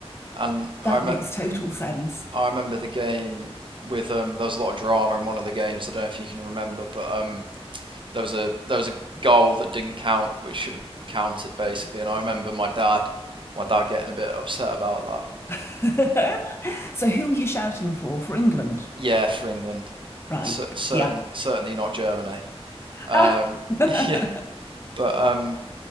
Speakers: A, on the right; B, on the left.
A: And I
B: That
A: rem-
B: makes total sense.
A: I remember the game with um there was a lot of drama in one of the games. I don't know if you can remember, but um there was a there was a goal that didn't count, which should have counted basically. And I remember my dad, my dad getting a bit upset about that.
B: <laughs> So, who are you shouting for? For England,
A: Yeah, for England,
B: right?
A: C- certain
B: Yeah.
A: certainly not Germany. Um,
B: Ah. <laughs>
A: <laughs> yeah, but um,